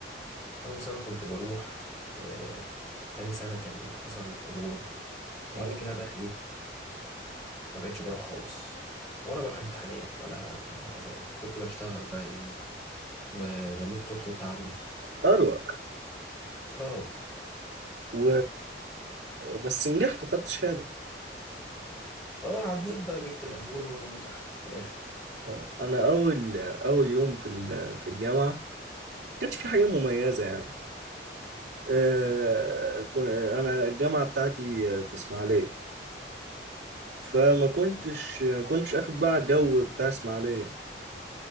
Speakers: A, on the left (about 15°); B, on the right (about 85°).
A: أول سنة كنت بروح وتاني سنة كان حصل كورونا وبعد
B: اه
A: كده بقى إيه ما بقتش بروح خالص ولا بروح امتحانات ولا ولا بقى. كنت بشتغل بقى إيه و- ورميت طوبة التعليم
B: اروق
A: آه
B: و بس نجحت وخدت شهاده
A: آه عديت بقى جبت مقبول ونجحت في الآخر
B: اه انا اول اول يوم في ال- في الجامعه ما كانش في حاجه مميزه يعني آه، كو- انا الجامعه بتاعتي في اسماعيليه فما كنتش كنتش اخد بقى الجو بتاع اسماعيليه